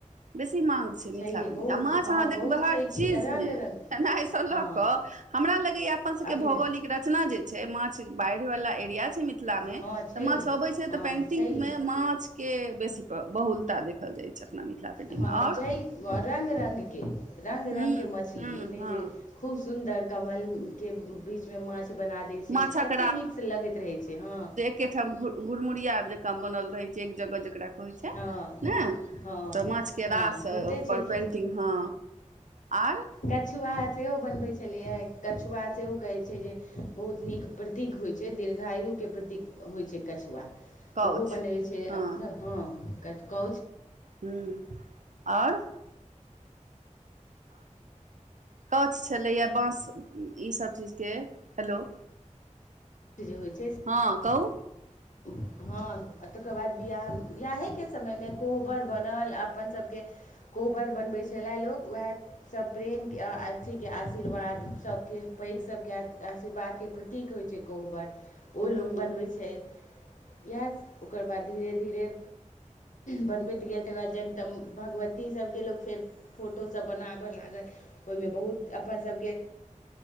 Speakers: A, on the right; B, on the left.
A: बेसी मांग छै मिथिला
B: छैहे
A: पेन्टिंग
B: बहुत
A: आ माछ
B: हँ
A: अहाँ
B: बहुत
A: देखबै हर
B: छै
A: चीजमे
B: कि रङ्ग रङ्गके
A: खैनाए स लऽ
B: हँ
A: कऽ हमरा लगैया अपन सबके
B: अपीरा
A: भौगोलिक रचना जे छै माछ बाइढ़ वाला एरिया छै मिथिला मे
B: हँ छैहे
A: तऽ माछ अबे छै
B: हँ
A: तऽ पेन्टिंग
B: छैहे
A: मे माछ के बेसी बहुलता देखल जाय छै अपना मिथिला पेन्टिंगमे
B: हँ
A: आओर
B: छै रंग रंगके रंग
A: हूँ
B: रंगके मछली
A: हूँ
B: इ नय
A: हँ
B: जे खूब सुन्दर कमल के बीच मे माछ बना दै छै
A: माछक
B: कतेक नीकसँ लगैत रहै छै हँ
A: केठाम घ घुरमुरियार जकाँ बनल रहे छै एक जगह जकरा कहे छै
B: हँ
A: <unintelligible> नै
B: हँ
A: तऽ माछ के
B: हँ
A: रास
B: होइते
A: पर
B: छै कि
A: पेंटिंग हँ आर
B: कछुआ सेहो बनबैत छलैए कछुआ सेहो कहै छै जे बहुत नीक प्रतीक होइत छै दीर्घायुके प्रतीक होइ छै कछुआ
A: कौछ
B: ओहो बनबै छै
A: हँ
B: हँ कोउछ
A: हम्म ओर काओछ छलैएा बाँस ईसभब चीजके हेलो
B: जे होइ छै से-
A: हँ <inaudible>
B: हँ तकर बाद ब्याह बियाहेके समयमे कोहबर बनल अपन सबके कोबर बनबै छलय लोक उएह सब प्रेमके अथीके आशीर्वाद सबके पैघ सबके आशीर्वादके प्रतीक होइत छै कोहबर ओ
A: हूँ
B: लोग बनबै छै इएह ओकर बाद धीरे धीरे बनबैत गेल तकर बाद जगदम भगवतीसबके लोक फेर फोटोसब बनाबय लागल ओहिमे बहुत अपन सबके